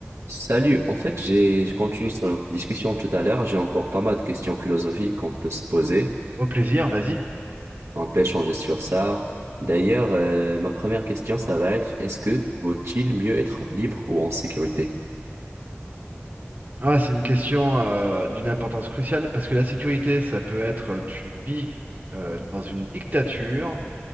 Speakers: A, on the right (about 75°); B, on the right (about 35°).
A: Salut, en fait, j'ai, je continue sur notre discussion tout à l'heure. J'ai encore pas mal de questions philosophiques qu'on peut se poser.
B: Au plaisir, vas-y.
A: On peut échanger sur ça. D'ailleurs, euh, ma première question, ça va être, est-ce que vaut-il mieux être libre ou en sécurité?
B: Ah, c'est une question euh, d'une importance cruciale parce que la sécurité, ça peut être euh, tu vis euh, dans une dictature